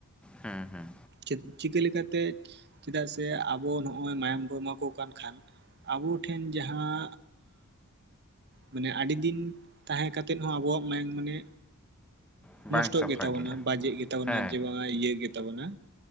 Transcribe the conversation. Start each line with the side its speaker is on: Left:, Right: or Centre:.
Centre: ᱦᱮᱸ ᱦᱮᱸ᱾
Right: ᱪᱮᱫ, ᱪᱤᱠᱟᱹ ᱞᱮᱠᱟᱛᱮ ᱪᱮᱫᱟᱜ ᱥᱮ ᱟᱵᱚ ᱱᱚᱜ-ᱚᱭ ᱢᱟᱭᱟᱢ ᱵᱚᱱ ᱮᱢᱟ ᱠᱚ ᱠᱟᱱ ᱠᱷᱟᱱ ᱟᱵᱚ ᱴᱷᱮᱱ ᱡᱟᱦᱟᱸ ᱢᱟᱱᱮ ᱟᱸ ᱟᱹᱰᱤ ᱫᱤᱱ ᱛᱟᱦᱮᱸ ᱠᱟᱛ ᱛᱮᱫ ᱦᱚᱸ ᱟᱵᱚᱣᱟᱜ ᱢᱟᱭᱟᱝ ᱢᱟᱱᱮ
Centre: ᱵᱟᱝ
Right: ᱱᱚᱥᱴᱚᱜ
Centre: ᱥᱟᱯᱷᱟ
Right: ᱜᱮᱛᱟ
Centre: ᱜᱮᱭᱟ
Right: ᱵᱚᱱᱟ, ᱵᱟᱡᱮᱜ ᱜᱮᱛᱟᱜ ᱵᱚᱱᱟ
Centre: ᱦᱮᱸ
Right: ᱡᱮ ᱵᱟᱝ ᱱᱚᱣᱟ ᱤᱭᱟᱹ ᱜᱮᱛᱟ ᱵᱚᱱᱟ